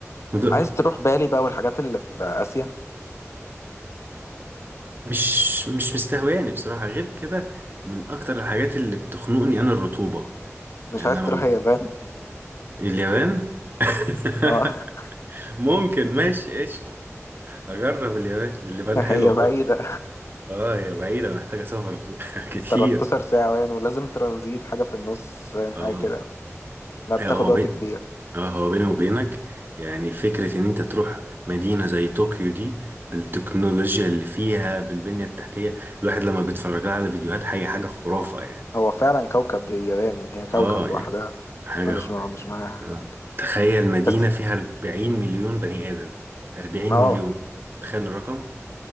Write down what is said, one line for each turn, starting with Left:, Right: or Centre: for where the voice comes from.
Right: مم. ده
Left: عايز تروح بالي بقى والحاجات اللي في آسيا
Right: مش مش مستهواني بصراحة غير كده من اكتر الحاجات اللي بتخنقني انا الرطوبة
Left: مش
Right: يعني
Left: عايز
Right: انا
Left: تروح اليابان
Right: اليابان <laughs>
Left: اه
Right: ممكن ماشي قشطة اجرب اليابان اليابان
Left: هي
Right: حلوة
Left: بعيدة
Right: اه هي بعيدة محتاجة سفر <laughs> كتير
Left: <laughs> 13 ساعة وين ولازم ترانزيت حاجة في النص وين حاجة
Right: اه
Left: كده لا بتاخد
Right: هو اه
Left: وقت
Right: بين
Left: كبير
Right: اه هو بيني وبينك يعني فكرة ان انت تروح مدينة زي طوكيو دي بالتكنولوجيا اللي فيها بالبنية التحتية الواحد لما بيتفرج لها على فيديوهات حاجة حاجة خرافة يعني
Left: هو فعلا كوكب اليابان يعني هي كوكب
Right: اه يعني
Left: لوحدها
Right: حاجة
Left: احنا مش
Right: خ...
Left: مع مش معاها هناك
Right: آه. تخيل مدينة
Left: بس
Right: فيها 40 مليون بني آدم 40
Left: اه
Right: مليون تخيل الرقم